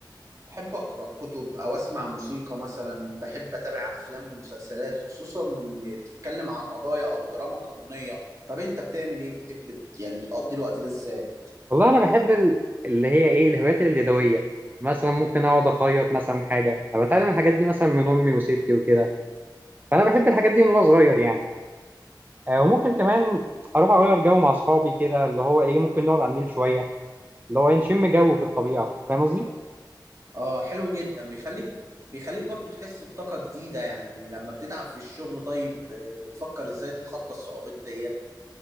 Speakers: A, on the right (about 40°); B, on the right (about 25°).
A: بحب اقرا كتب او اسمع موسيقى مثلا بحب اتابع افلام ومسلسلات خصوصا اللي بتتكلم عن قضايا او دراما قانونيه طب انت بتعمل ايه بتحب يعني بتقضي الوقت ده ازاي
B: والله انا بحب ال- اللي هي ايه الهوايات اليدويه مثلا ممكن اقعد اخيط مثلا حاجه انا بتعلم الحاجات دي مثلا من امي وستي وكده فانا بحب الحاجات دي من وانا صغير يعني آه، وممكن كمان اروح اغير جو مع اصحابي كده اللي هو ايه ممكن نقعد على النيل شويه اللي هو إيه، نشم جو في الطبيعه فاهم قصدي
A: اه حلو جدا بيخليك بيخليك برضو تحس بطاقة جديدة يعني لما بتتعب في الشغل طيب آه، بتفكر ازاي تتخطى الصعوبات ديت